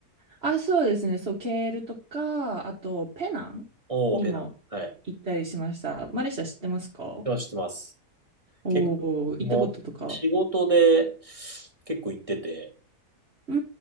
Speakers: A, on the right; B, on the right.
A: あ、そうですね。そう、ケールとか、あと、ペナンにも行ったりしました。
B: おー、ペナン。はい。
A: マレーシア知ってますか
B: 知ってます、知ってます。
A: おー、
B: 結構、僕も仕事で
A: 行ったこととか。
B: 結構行ってて、
A: うー